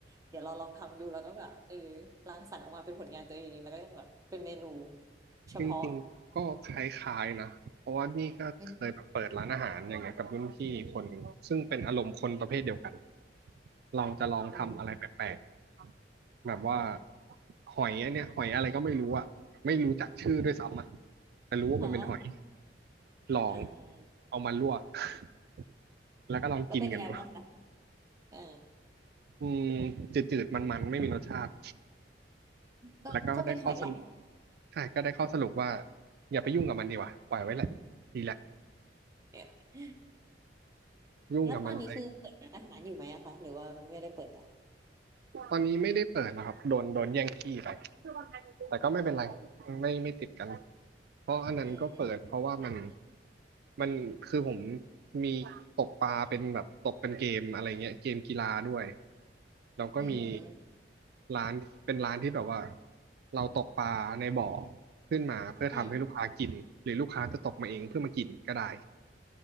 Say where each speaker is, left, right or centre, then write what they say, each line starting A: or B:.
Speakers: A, on the right; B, on the right.
A: เดี๋ยวเราลองทำดูแล้วก็แบบเออรังสรรค์ออกมาเป็นผลงานตัวเองแล้วก็แบบเป็นเมนูเฉพาะ
B: จริงๆก็คล้ายๆนะเพราะว่านี่ก็เคยแบบเปิดร้านอาหารอย่างเงี้ยกับรุ่นพี่คนหนึ่งซึ่งเป็นอารมณ์คนประเภทเดียวกัน
A: อ
B: เราจะลองทำอะไรแปลก
A: ืม
B: ๆแบบว่าหอยอันเนี้ยหอยอะไรก็ไม่รู้อะไม่รู้จักชื่อด้วยซ้ำอะแต่รู้ว่ามันเป็นหอย
A: ฮะ
B: ลอง
A: อ่า
B: เอามาลวก <laughs> แล้วก็ลองกินกันดู
A: แล้วเป็นยังไงบ้างคะเออ
B: อืมจืดๆมันๆไม่มีรสชาติ
A: ก็ก็เป็นหอยแหละ
B: แล้วก็ได้ข้อสรุปใช่ก็ได้ข้อสรุปว่าอย่าไปยุ่งกับมันดีกว่าปล่อยไว้แหละดีแหละ
A: <laughs>
B: ยุ่งกับมันไป
A: แล้วตอนนี้คือเปิดร้านอาหารอยู่ไหมอะคะ หรือว่าไม่ได้เปิดแล้ว
B: ตอนนี้ไม่ได้เปิดแล้วครับโดนโดนแย่งที่ไปแต่ก็ไม่เป็นไร
A: เออ
B: ไม่ไม่ติดกันเพราะอันนั้นก็เปิดเพราะว่ามัน
A: อืม
B: มันคือผมมีตกปลาเป็นแบบตกเป็นเกมอะไรเงี้ยเกมกีฬาด้วยแล้วก็มี
A: อืม
B: ร้านเป็นร้านที่แบบว่าเราตกปลาในบ่อขึ้นมาเพื่อทำให้ลูกค้ากินหรือลูกค้าจะตกมาเองเพื่อมากินก็ได้
A: อืม